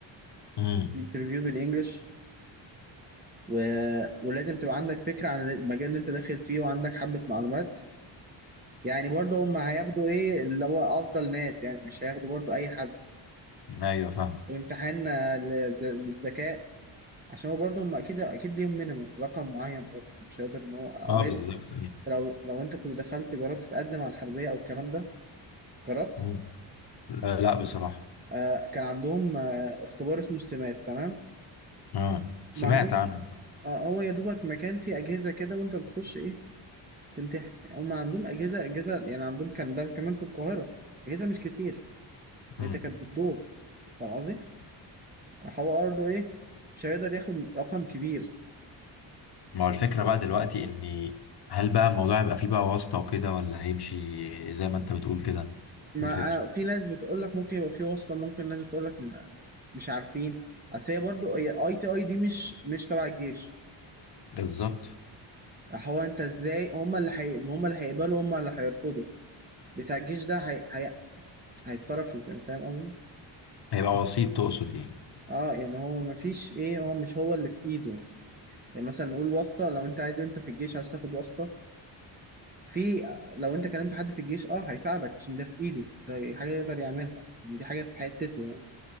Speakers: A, on the left (about 55°); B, on the right (about 20°).
A: امم
B: انترفيو بالانجلش و... ولازم تبقى عندك فكرة عن المجال اللي انت داخل فيه وعندك حبة معلومات يعني برضه هم هياخدوا ايه اللي هو افضل ناس يعني مش هياخدوا برضه اي حد
A: ايوه فاهم
B: وامتحان آه، للز- للذكاء عشان هو برضه هم اكيد اكيد ليهم مينيمم رقم معين برضه مش هيقدر ان هو
A: اه
B: غير
A: بالظبط
B: إن لو لو انت كنت دخلت جربت تقدم على الحربيه او الكلام ده جربت
A: مم. لا لا بصراحة
B: آه كان عندهم آه اختبار اسمه السمات تمام
A: اه سمعت
B: ما عندهم
A: عنه
B: آه هو يا دوبك مكان فيه اجهزه كده وانت بتخش ايه تمتحن هم عندهم اجهزه اجهزه يعني عندهم كان ده كمان في القاهره اجهزه مش كتير يعني
A: مم.
B: انت كانت بتدور فاهم قصدي هو برضه ايه مش هيقدر ياخد رقم كبير
A: ما هو الفكرة بقى دلوقتي اني هل بقى الموضوع هيبقى فيه بقى واسطة وكده ولا هيمشي زي ما انت بتقول كده
B: ما
A: دي الفكرة
B: آه، في ناس بتقول لك ممكن يبقى في واسطة ممكن ناس بتقول لك مش عارفين اصل هي برضو اي تي اي دي مش مش تبع الجيش
A: ده بالظبط
B: هو انت ازاي هم اللي حي... هم اللي هيقبلوا هم اللي هيرفضوا بتاع الجيش ده هي... هي... هيتصرف ازاي فاهم قصدي
A: هيبقى وسيط تقصد يعني
B: اه يعني هو ما فيش ايه هو مش هو اللي في ايده يعني يعني مثلا نقول واسطة لو انت عايز انت في الجيش عايز تاخد واسطة في لو انت كلمت حد في الجيش اه هيساعدك عشان ده في ايده ده حاجة يقدر يعملها دي حاجة في حتته يعني